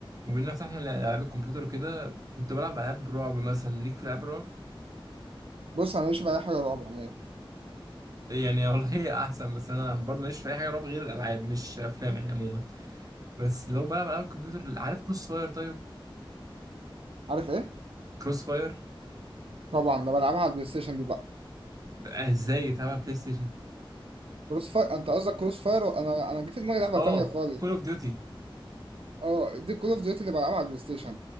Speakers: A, on the right; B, on the right.
A: وبما فتحنا العاب الكمبيوتر وكده كنت بلعب العاب رعب مثلا ليك في العاب الرعب
B: بص انا ماليش في اي حاجه رعب عموما
A: يعني والله <laughs> هي احسن بس انا برضو ماليش في اي حاجه رعب غير الالعاب مش افلام يعني عموما بس لو بلعب العاب الكمبيوتر عارف كروس فاير طيب
B: عارف ايه
A: كروس فاير
B: طبعا انا بلعبها على البلاي ستيشن دي بقى
A: ازاي يلعبها بلاي ستيشن
B: كروس فاير انت قصدك كروس فاير انا انا جه في دماغي لعبه
A: اه
B: تانيه خالص
A: كول اوف ديوتي
B: اه دي كول اوف ديوتي اللي بلعبها على البلاي ستيشن